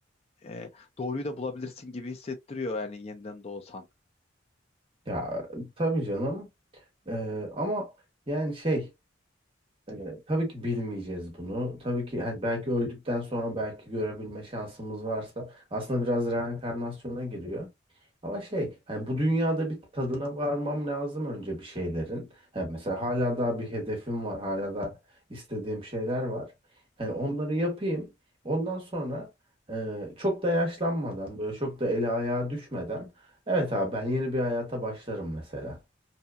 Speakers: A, on the left; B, on the right.
A: e, doğruyu da bulabilirsin gibi hissettiriyor yani yeniden doğsan.
B: ya tabii canım Ee, ama yani şey e, tabii ki bilmeyeceğiz bunu. Tabii ki hani belki öldükten sonra belki görebilme şansımız varsa aslında biraz reenkarnasyona giriyor. Ama şey hani bu dünyada bir tadına varmam lazım önce bir şeylerin. Yani mesela hala daha bir hedefim var. Hala da istediğim şeyler var. Hani onları yapayım. Ondan sonra e, çok da yaşlanmadan böyle çok da eli ayağa düşmeden evet abi ben yeni bir hayata başlarım mesela.